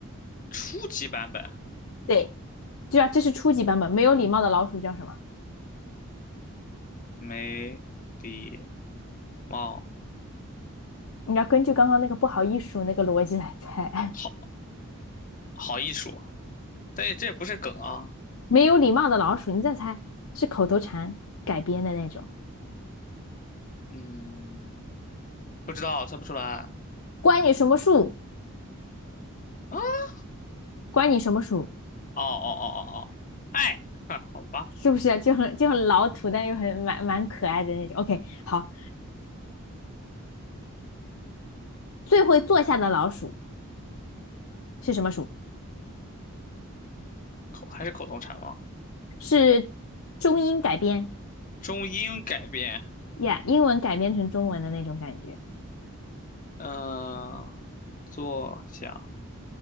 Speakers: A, on the left; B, on the left.
A: 初级版本，
B: 对，对啊，这是初级版本。没有礼貌的老鼠叫什么？
A: 没礼貌，
B: 你要根据刚刚那个不好意思那个逻辑来猜。
A: 好好艺术，但这也不是梗啊，
B: 没有礼貌的老鼠，你再猜，是口头禅改编的那种。
A: 嗯，不知道，猜不出来。
B: 关你什么树？
A: 啊
B: 关你什么鼠？
A: 哦哦哦哦哦，爱，哈，好吧，
B: 是不是就很就很老土，但又很蛮蛮可爱的那种？OK，好，最会坐下的老鼠是什么鼠？
A: 口还是口头禅吗？
B: 是中英改编
A: 中英改编，
B: 呀 yeah，英文改编成中文的那种感觉。
A: 嗯、坐下，